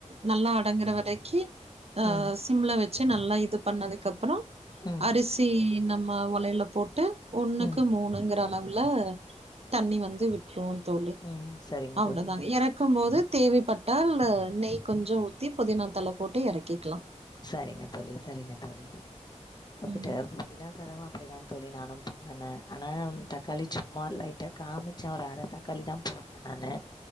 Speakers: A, on the right; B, on the left.
A: நல்லா அடங்குற வரைக்கி அஹ்
B: ம்
A: சிம்ல வைக் சு நல்லா இது பண்ணதுக்குப்கப்றோ
B: ம்
A: அரிசி ந ம ஒலையல போட் டு ஒன்னுக்கு
B: ம்
A: மூணுங்குற அளவு ல்ல தண்ணி வந்து விட்ரு தோழி
B: ம் சரிங்க
A: அவ்ளோதாங்
B: தோழி
A: இறக்கு போது தேவைப்பட் <unintelligible> நெய் கொஞ்சொ ஊத்தி புதினா தல போட்டு இறக்கிக்கலா
B: சேரிங்க தோழி சேரிங்க தோழி <unintelligible> அப்டி
A: ம்
B: தா தோழி நானு பண்ணனே ஆனா தக்காளி சும்மா லைட்டா காமிச்சு ஒரு அர தக்காளி தா போட்டே நானு